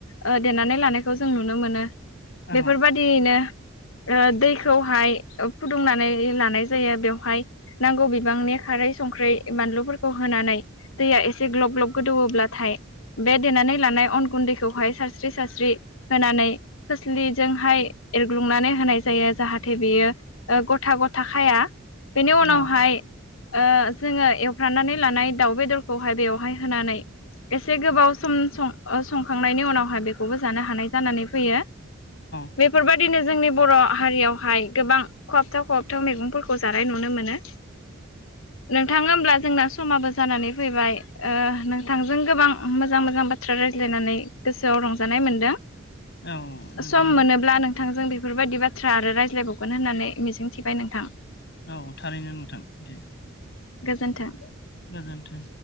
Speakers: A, on the left; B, on the left.
A: ओ देनानै लानायखौ जों नुनो मोनो।
B: औ
A: बेफोरबायदियैनो ओ दैखौहाय ओ फुदुंनानै लानाय जायो बेवहाय नांगौ बिबांनि खारै संख्रि बानलुफोरखौ होनानै दैया एसे ग्लब ग्लब गोदौवोब्लाथाय बे देनानै लानाय अन गुन्दैखौहाय सारस्रि सारस्रि होनानै खोस्लि जोंहाय एरग्लुंनानै होनाय जायो जाहाथे बियो ओ गथा गथ खाया बेनि उनावहाय
B: औ
A: ओ जोङो एवफ्रानानै लानाय दाउ बेदरखौहाय बेवहाय होनानै एसे गोबाव सम सं अ संखांनायनि उनावहाय बेखौबो जानो हानाय जानानै फैयो।
B: औ
A: बेफोरबायदिनो जोंनि बर' हारियावहाय गोबां खहाबथाव खहाबथाव मैगंफोरखौ जानाय नुनो मोनो। नोंथाङा होमब्ला जोंना समाबो जानानै फैबाय। ओ नोंथांजों गोबां मोजां मोजां बाथ्रा रायज्लायनानै गोसोआव रंजानाय मोनदों।
B: औ। नोंथां
A: सम मोनोब्ला नोंथांजों बेफोरबायदि बाथ्रा आरो रायज्लायबावगोन होननानै मिजिंथिबाय नोंथां।
B: औ थारैनो नोंथां दे।
A: गोजोनथों।
B: गोजोनथों।